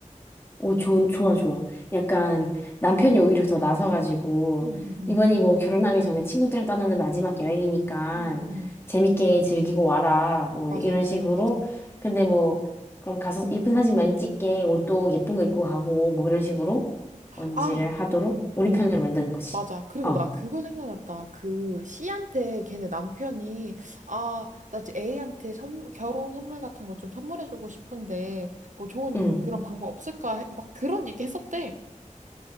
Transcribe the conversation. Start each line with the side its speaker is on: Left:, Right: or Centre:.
Left: 오, 좋, 좋아, 좋아. 약간 남편이 오히려 더 나서가지고,
Right: 응, 응, 응.
Left: 이번이 뭐 결혼하기 전에 친구들을 떠나는 마지막 여행이니까
Right: 응, 응, 응.
Left: 재밌게 즐기고 와라. 뭐
Right: 맞아,
Left: 이런
Right: 맞아,
Left: 식으로.
Right: 맞아.
Left: 근데 뭐, 그럼 가서 예쁜 사진 많이 찍게 옷도 예쁜 거 입고 가고, 뭐 이런 식으로 언지를
Right: 아,
Left: 하도록 우리
Right: 어.
Left: 편으로 만드는 거지.
Right: 맞아. 그리고
Left: 어,
Right: 나 그거 생각났다. 그 C한테 걔네 남편이 아, 나 지금 A한테 선, 결혼 선물 같은 걸 좀 선물해주고 싶은데 뭐 좋은
Left: 응.
Right: 그런 방법 없을까? 해- 막 그런 얘기 했었대.